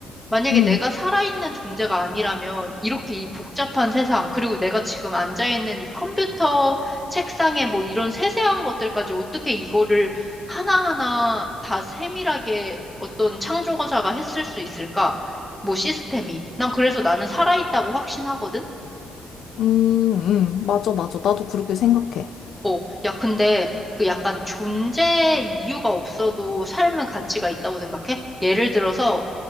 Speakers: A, in the centre; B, on the left.
A: 만약에
B: 응,
A: 내가 살아있는 존재가 아니라면 이렇게 이 복잡한 세상, 그리고 내가 지금 앉아있는 이 컴퓨터 책상에 뭐 이런 세세한 것들까지 어떻게 이거를 하나하나 다 세밀하게 어떤 창조가사가 했을 수 있을까? 뭐 시스템이. 난 그래서 나는 살아있다고 확신하거든?
B: 음, 음, 맞아, 맞아. 나도 그렇게 생각해.
A: 어, 야, 근데 그 약간 존재 이유가 없어도 삶은 가치가 있다고 생각해? 예를 들어서